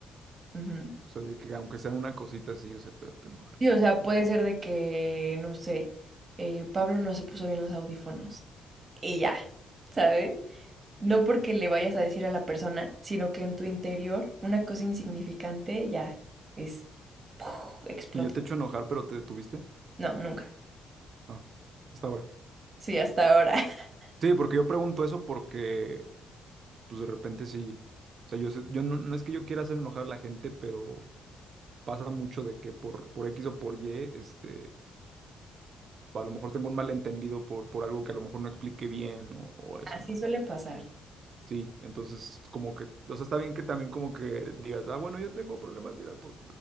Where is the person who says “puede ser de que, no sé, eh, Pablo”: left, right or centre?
Right